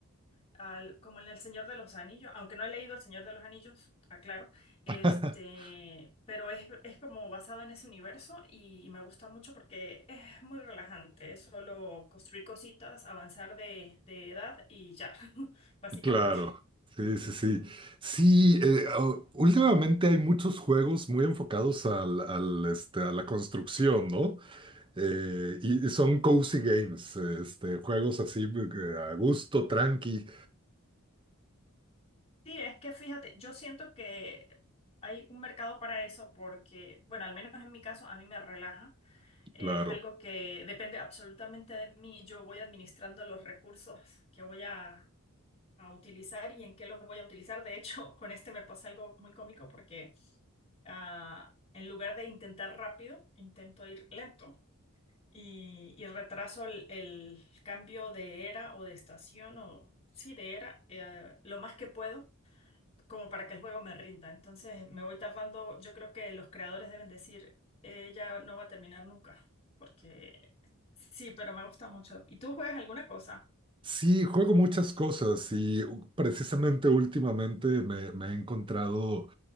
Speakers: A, on the left; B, on the right.
A: al- como en El Señor de los Anillos, aunque no he leído El Señor de los Anillos, aclaro, este,
B: <laughs>
A: pero es, es como basado en ese universo y, me gusta mucho porque es muy relajante. Es solo construir cositas, avanzar de, de edad y ya, <laughs> básicamente.
B: Claro, sí, sí, sí. Sí, eh, u- últimamente hay muchos juegos muy enfocados al, al, este, a la construcción, ¿no? Eh, y, y son cozy games, este, juegos así eh, a gusto, tranqui,
A: Sí, es que fíjate, yo siento que hay un mercado para eso porque, bueno, al menos en mi caso, a mí me relaja. Es
B: claro.
A: algo que depende absolutamente de mí. Yo voy administrando los recursos que voy a, a utilizar y en qué los voy a utilizar. De hecho, <laughs> con este me pasa algo muy cómico porque ah, en lugar de intentar rápido, intento ir lento y, y retraso el, el cambio de era o de estación o sí, de era eh, lo más que puedo como para que el juego me rinda. Entonces me voy tapando, yo creo que los creadores deben decir, ella no va a terminar nunca, porque sí, pero me gusta mucho. ¿Y tú juegas alguna cosa?
B: Sí, juego muchas cosas y u- precisamente últimamente me, me he encontrado